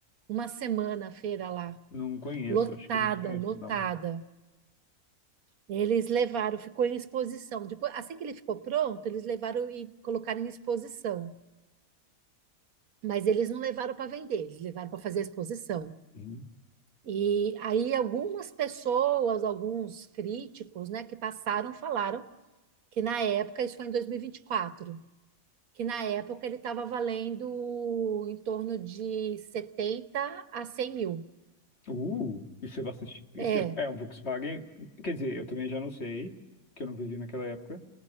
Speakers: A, on the right; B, on the left.
A: uma semana a feira lá,
B: Não conheço,
A: lotada,
B: acho que eu não conheço,
A: lotada.
B: não.
A: Eles levaram, ficou em exposição. Depois, assim que ele ficou pronto, eles levaram e colocaram em exposição. Mas eles não levaram para vender, eles levaram para fazer a exposição.
B: Uhum.
A: E aí algumas pessoas, alguns críticos, né, que passaram, falaram que na época, isso foi em dois mil e e vinte e quatro que na época ele estava valendo em torno de 70 a 100 mil.
B: Uh, isso é bastante. Isso
A: É,
B: é, é um Volkswagen. Quer dizer, eu também já não sei, que eu não vivi naquela época.